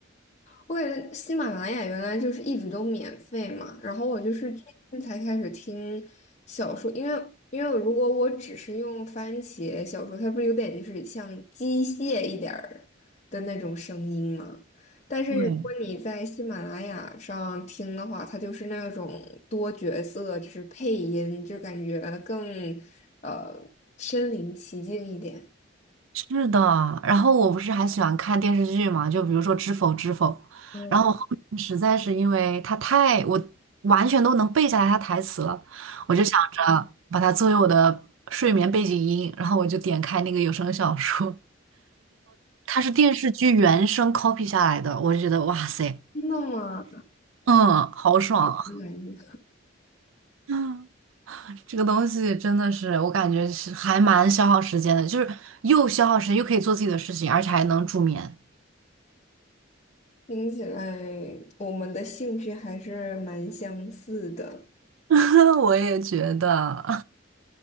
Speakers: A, on the left; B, on the right.
A: 我感觉喜马拉雅原来就是一直都免费嘛，然后我就是最近才开始听小说，因为因为如果我只是用番茄小说，它不是有点就是像机械一点儿的那种声音吗？但是如果你在喜马拉雅上听的话，
B: 对，
A: 它就是那种多角色，就是配音，就感觉更呃身临其境一点。
B: 是的，然后我不是还喜欢看电视剧嘛，就比如说《知否知否》，
A: 嗯，
B: 然后我后面实在是因为它太，我完全都能背下来它台词了，我就想着把它作为我的睡眠背景音，然后我就点开那个有声小说，它是电视剧原声 copy 下来的，我就觉得哇塞，
A: 听到真的吗？
B: 嗯，好爽。
A: 嗯
B: 嗯，这个东西真的是，我感觉是还蛮消耗时间的，就是又消耗时间，又可以做自己的事情，而且还能助眠。
A: 听起来我们的兴趣还是蛮相似的。
B: <laughs> 我也觉得。